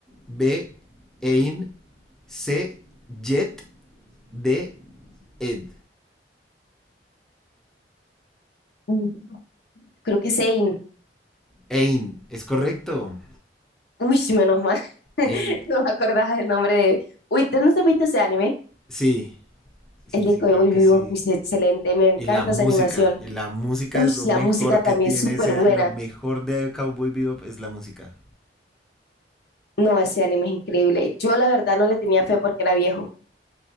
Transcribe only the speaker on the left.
Mm, Creo que es Zane.
Uy, menos mal. <laughs>
No me acordaba el nombre de... Uy, ¿tú no te viste ese anime?
El de
Cowboy
Vivo,
pues excelente, me encanta
esa animación.
Uy,
la
música también
es súper
buena.
No, ese anime es increíble. Yo la verdad no le tenía fe porque era viejo.